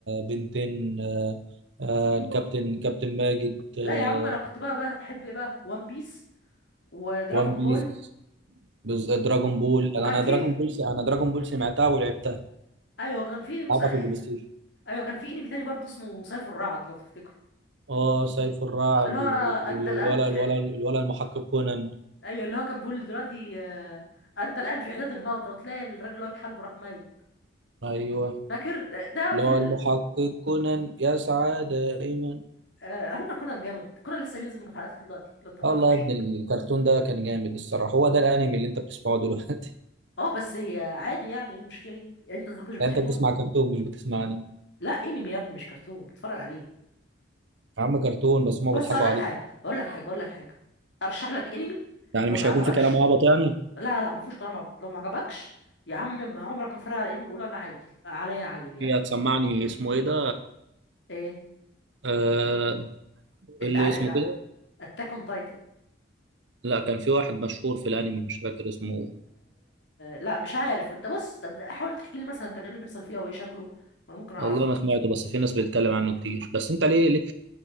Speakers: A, on the right; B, on the left.
A: بنتين آه، آه، الكابتن كابتن ماجد آه،
B: لا يا عم انا كنت بقى بحب ايه بقى وان بيس ودراجون
A: وان بيس
B: بول
A: بز- دراجون
B: و...
A: بول
B: وكان
A: انا أنا
B: في
A: دراجون بول س- انا دراجون بول سمعتها ولعبتها
B: ايوه كان في مس...
A: لعبها في البلاي ستيشن
B: ايوه كان في انمي تاني برضه اسمه سيف الرعد لو تفتكروا
A: اه سيف الرعد
B: اللي هو
A: و-
B: انت
A: والولا
B: الان في
A: الولا الولا المحقق كونان
B: ايوه اللي هو كان بيقول دلوقتي آه، انت الان في عداد الموتى وتلاقي الراجل اللي هو بيحاربه راح ميت
A: ايوه
B: فاكر ده ده
A: اللي
B: في
A: هو
B: ال...
A: المحقق كونان يسعى دائما
B: آه، على فكره كونان جامد كونان لسه بينزل من حلقات لحد دلوقتي لو انت تعرفش
A: الله يا ابن الكرتون ده كان جامد الصراحه هو ده الانمي اللي انت بتسمعه دلوقتي
B: اه بس هي عادي يعني ايه المشكله انت ما كنتش بتحبه
A: يعني انت بتسمع
B: انت
A: كرتون مش بتسمعني
B: لا انمي يا ابني مش كرتون بتفرج عليه
A: يا عم كرتون بس هما
B: بس
A: بيضحكوا
B: اقول لك
A: عليك
B: حاجه اقول لك حاجه اقول لك حاجه ارشح لك انمي
A: يعني
B: لو
A: مش
B: ما عجبكش
A: هيكون في كلام عبط يعني
B: لا لا ما فيهوش كلام عبيط لو ما عجبكش يا عم ما عمرك ما تتفرج على انمي وقول انا عيل عليا عيل يعني
A: هي هتسمعني اسمه ايه ده
B: ايه
A: آه
B: انت
A: اللي
B: عارف
A: اسمه كده
B: اتاك اون تايتن
A: لا كان في واحد مشهور في الانمي مش فاكر اسمه
B: لا مش عارف انت بص طب حاول تحكي لي مثلا كان ايه اللي بيحصل فيها وايه شكله وانا ممكن اعرفه
A: والله ما سمعته بس في ناس بتتكلم عنه كتير بس انت ليه ليه,